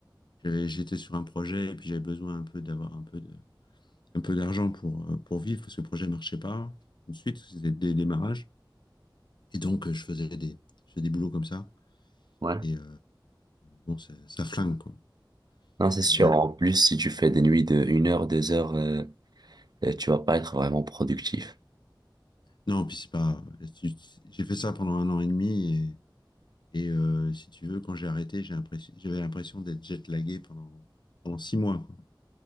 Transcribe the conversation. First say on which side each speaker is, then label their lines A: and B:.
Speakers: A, on the left; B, on the right.
A: J'avais, j'étais sur un projet et puis j'avais besoin un peu d'avoir un peu de, un peu d'argent pour, euh, pour vivre parce que le projet marchait pas tout de suite, parce que c'était des démarrages. Et donc, euh, je faisais des, je faisais des boulots comme ça.
B: Ouais.
A: Et euh, bon, ça, ça flingue, quoi.
B: Non,
A: C'est-
B: c'est sûr. En plus, si tu fais des nuits de une heure, deux heures, euh, euh, tu vas pas être vraiment productif.
A: Non, puis c'est pas, tu- tu- j'ai fait ça pendant un an et demi et, et, euh, si tu veux, quand j'ai arrêté, j'ai l'impression, j'avais l'impression d'être jet-lagué pendant, pendant six mois, quoi.